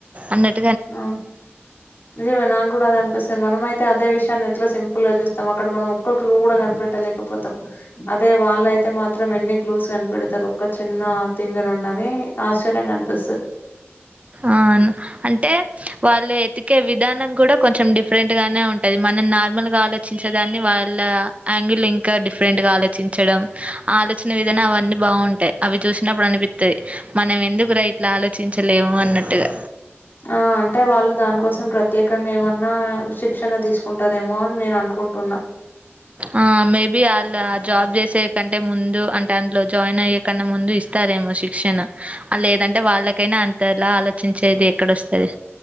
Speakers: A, on the right (about 30°); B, on the left (about 50°).
A: అన్నట్టు
B: ఆ నిజమే నాకు కూడా అద అనిపిస్తయి మనమ అయితే అదే విషయాన్ని ఇట్లా సింపుల్ గా చూస్తాం అక్కడ మనం ఒక్కొ కలు కూడా కనిపెట్టలేకపోతాం అదే వాళ్ళ అయితే మాత్రం ఎన్ని ్లూస్ కనిపెడతారు ఒక చిన్న తింగ నుంని ఆశ్చర్యంగా కనిపిస్తుంది
A: అవును అంటే వాళ్ళు ఎతికే విధానం కూడా కొంచెం డిఫరెంట్ గానే ఉంటది మనం నార్మల్ గా ఆలోచించేదాన్ని వాళ్ళ ంగిల్ ఇంకా డిఫరెంట్ ఆలోచించడం ఆలోచన విధనా అవన్నీ బావుంటాయి అవి చూసినప్పుడు అనిపిస్తది మనం ఎందు <unintelligible> ఇట్లా ఆలోచించలేము అన్నట్టుగా
B: ఆ అంటే వాళ్ళు దానికోసం ప్రత్యేకంగా ఏమన్నా శిక్ష న తీసుకుంటారేమో అని నేను అనుకుంటున్నా
A: ఆ మేబీ ఆళ్ళు ఆ జాబ్ చేసే కంటే ముందు అంటే అందులో జాయిన్ అయ్యేకన్న ముందు ఇస్తారేమో శిక్షణ ఆ లేదంటే వాళ్ళకైనా అంతేలా ఆలోచించేది ఎక్కడొస్తది